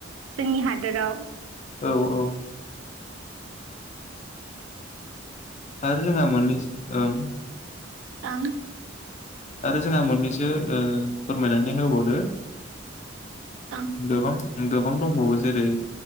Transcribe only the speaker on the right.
जोंनि हादोराव
आं
ओं